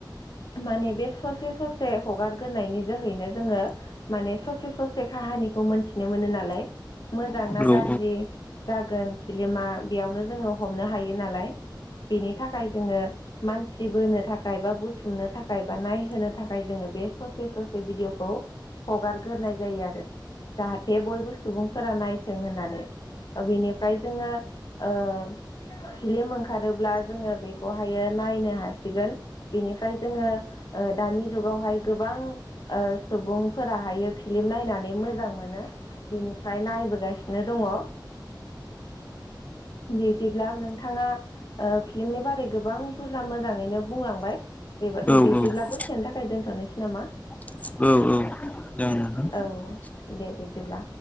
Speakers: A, on the left; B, on the left.
A: माने बे ससे ससे हगारग्रोनायनि जोहैनो जोङो माने ससे ससे काहानिखौ मोनथिनो मोनो नालाय मोजां
B: औ
A: ना गाज्रि
B: औ
A: जागोन। फिल्मा बेयावनो जोङो हमनो हायो नालाय। बिनि थाखाय जोङो मानसि बोनो थाखाय बा बुथुमनो थाखाय बा नायहोनो थाखाय जोङो बे ससे ससे भिदिअखौ हगार गोरनाय जायो आरो जाहाथे बयबो सुबुंफोरा नायथों होननानै ओ बिनिफ्राय जोङो ओ फिलिम ओंखारोब्ला जोङो बेखौहायो नायनो हासिगोन बेनिफ्राय जोङो दानि ओ जुगावहाय गोबां ओ सुबुंफोराहायो फिलिम नायनानै मोजां मोनो। बिनिफ्राय नायबोगासिनो दङ ओ बिदिब्ला नोंथाङा ओ फिलिमनि बारै गोबां बुरजा मोजाङैनो बुंलांबाय बेबा-बिब्दिब्ला
B: औ औ
A: दसेनि था खाय दोन्थ'नोसै नामा?
B: औ औ जागोन दे
A: औ
B: जागोन।
A: दे बिब्दिब्ला।